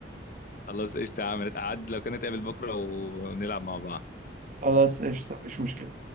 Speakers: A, on the left (about 50°); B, on the right (about 45°).
A: خلاص قشطه عملت قعد لو كانت قابل بكره ونلعب مع بعض
B: خلاص قشطه مش مشكله